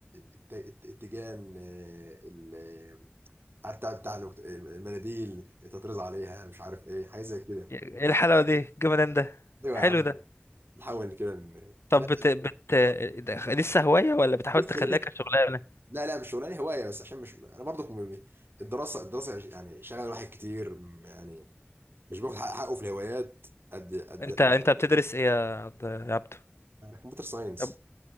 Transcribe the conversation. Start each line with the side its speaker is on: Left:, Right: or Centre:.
Right: الت- الت- التيجان آه، ال- عارف بتاع بتاع الوقت- المناديل تطرز عليها مش عارف ايه حاجه زي كده
Left: ايه الحلاوة دي الجمدان ده
Right: ايوه
Left: حلو
Right: يا عم
Left: ده
Right: نحاول كده ن-
Left: طب
Right: لا
Left: بت... بت... ده لسه هواية ولا بتحاول
Right: لسه
Left: تخليها
Right: لسه
Left: كشغلانة
Right: لا لا مش شغلانه هوايه بس عشان مش انا برضو م- م- الدراسه الدراسه يعني شغل الواحد كتير م- يعني مش باخد حق- حقه في الهوايات قد قد
Left: انت انت بتدرس ايه يا عبد يا عبدو؟
Right: كمبيوتر ساينس
Left: طب